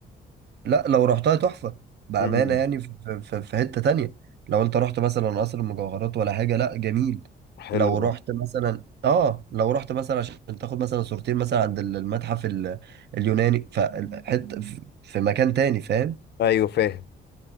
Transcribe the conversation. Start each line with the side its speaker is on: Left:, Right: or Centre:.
Right: لا لو رحتها تحفة بأمانة
Left: امم
Right: يعني في, في, في حتة تانية لو انت رحت مثلا قصر المجوهرات ولا حاجة لا جميل
Left: حلو
Right: لو رحت
Left: ده
Right: مثلا اه لو رحت مثلا عشان تاخد مثلا صورتين مثلا عند ال- المتحف ال- اليوناني فحتة في في مكان تاني فاهم
Left: أيوه فاهم